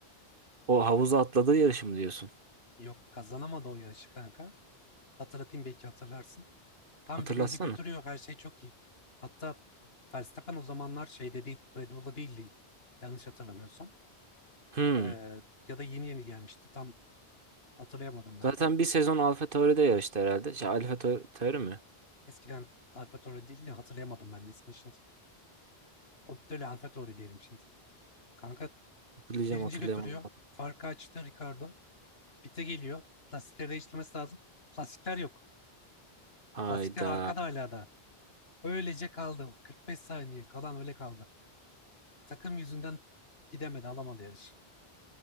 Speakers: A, on the right; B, on the left.
A: O havuza atladığı yarışı mı diyorsun?
B: Yok kazanamadı o yarışı kanka. Hatırlatayım belki hatırlarsın. Tam
A: Hatırlatsana.
B: birinci götürüyor her şey çok iyi. Hatta Verstappen o zamanlar şeyde değil Red Bull'da değildi yanlış hatırlamıyorsam.
A: Hmm.
B: Ee, ya da yeni yeni gelmişti tam hatırlayamadım
A: Zaten
B: ben de.
A: bir sezon AlphaTauri'de yarıştı herhalde. Şey, AlphaTauri mi?
B: Eskiden AlphaTauri değil de hatırlayamadım ben de ismini şimdi. O böyle AlphaTauri diyelim şimdi. Kanka
A: Hatırlayacağım
B: birinci
A: hatırlayamadım.
B: götürüyor. Farkı açtı Ricardo. Pite geliyor. Lastikleri değiştirmesi lazım. Lastikler yok.
A: Hayda.
B: Lastikler arkada hala da. Öylece kaldı. kırk beş saniye kalan öyle kaldı. Takım yüzünden gidemedi alamadı yarış.